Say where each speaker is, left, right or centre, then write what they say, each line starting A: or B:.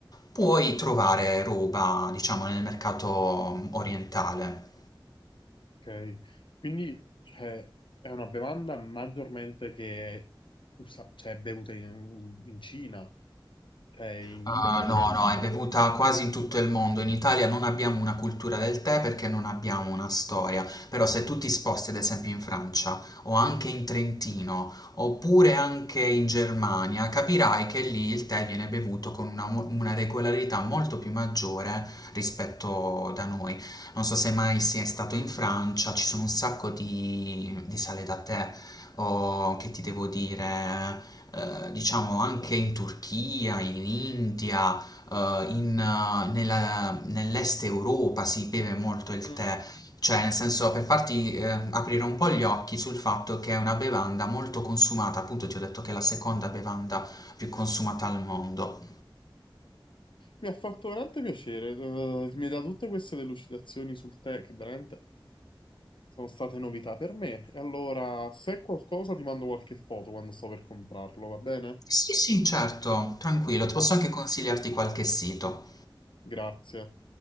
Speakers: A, on the left; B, on the left.
A: puoi trovare roba, diciamo, nel mercato mm, orientale.
B: Okay. Quindi, cioè, è una bevanda maggiormente che è, usa cioè è bevuta in in Cina, cioè in
A: Ah,
B: India
A: no,
B: questo.
A: no, è bevuta quasi in tutto il mondo. In Italia non abbiamo una cultura del tè perché non abbiamo una storia. Però se tu ti sposti, ad esempio, in Francia o anche in Trentino, oppure anche in Germania, capirai che lì il tè viene bevuto con una, mo- una regolarità molto più maggiore rispetto da noi. Non so se mai sei stato in Francia, ci sono un sacco di, di sale da tè, o che ti devo dire, eh, diciamo anche in Turchia, in India, eh, in, eh, nella- nell'est Europa si beve molto il
B: Mh.
A: tè. Cioè, nel senso, per farti eh, aprire un po' gli occhi sul fatto che è una bevanda molto consumata, appunto ti ho detto che è la seconda bevanda più consumata al mondo.
B: Mi ha fatto veramente piacere, uhm, mi hai dato tutte queste delucidazioni sul tè che veramente sono state novità per me. E allora, se è qualcosa ti mando qualche foto quando sto per comprarlo, va bene?
A: Sì, sì, certo, tranquillo,
B: Mh.
A: ti posso anche consigliarti qualche sito.
B: Grazie.